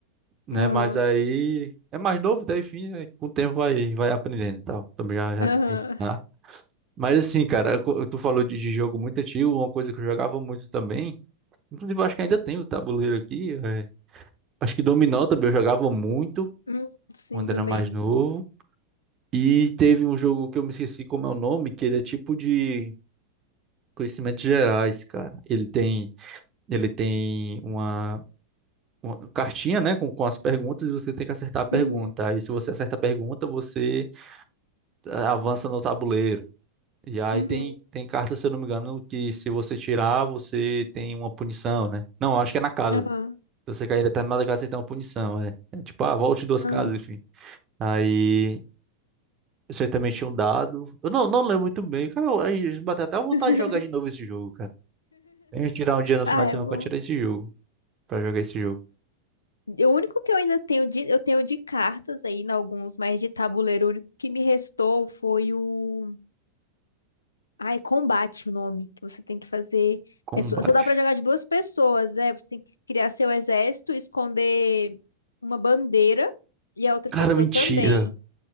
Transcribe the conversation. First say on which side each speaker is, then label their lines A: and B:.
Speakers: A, on the right (about 30°); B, on the left (about 75°).
A: né?
B: Aham.
A: Mas aí é mais novo, daí enfim, né, com o tempo vai, vai aprendendo e tal. Também já, já
B: Aham.
A: tentei ensinar. Mas assim, cara, co- tu falou de, de jogo muito antigo, uma coisa que eu jogava muito também. Inclusive, eu acho que ainda tem o tabuleiro aqui. é. Acho que dominó também eu jogava muito
B: Uhum. Sim,
A: quando
B: também.
A: era mais novo. E teve um jogo que eu me esqueci como é o nome, que ele é tipo de conhecimentos gerais, cara. Ele tem Ele tem uma, uma cartinha, né, com, com as perguntas e você tem que acertar a pergunta.
B: Uhum.
A: Aí, se você acerta a pergunta, você ah, avança no tabuleiro. E aí
B: Uhum.
A: tem, tem carta, se eu não me engano, que se você tirar, você tem uma punição, né? Não, acho que é na casa.
B: Aham.
A: Se você cair em determinada casa, você tem uma punição, é. É tipo, ah, volte duas
B: Aham.
A: casas, enfim. Aí você também tinha um dado. Eu não, não lembro muito bem, cara. Eu, eu bateu até vontade
B: <laughs>
A: de jogar de novo esse jogo, cara. Tem que tirar um dia no
B: Ah,
A: final de semana
B: é bom.
A: pra tirar esse jogo. Pra jogar esse jogo.
B: O único que eu ainda tenho de, eu tenho de cartas ainda alguns, mas de tabuleiro, o único que me restou foi o. Ah, é combate o nome, que você tem que fazer.
A: Combate.
B: É, só só dá pra jogar de duas pessoas, é. Você tem que criar seu exército, esconder uma bandeira e a outra
A: Cara,
B: pessoa
A: mentira.
B: também.